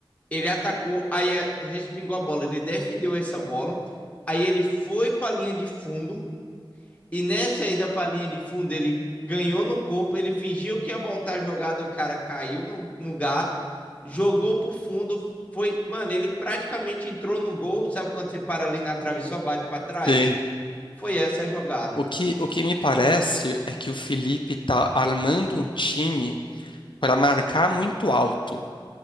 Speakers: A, on the left (about 15°); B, on the left (about 65°).
A: ele atacou, aí é, respingou a bola, ele defendeu essa bola, aí ele foi para a linha de fundo, e nessa aí da palhinha de fundo, ele ganhou no corpo, ele fingiu que ia voltar a jogada, o cara caiu no, no gato, jogou pro fundo, foi, mano, ele praticamente entrou no gol, sabe quando você para ali na trave e só bate para trás?
B: Sim.
A: Foi essa a jogada.
B: O que, o que me parece é que o Felipe tá armando um time para marcar muito alto.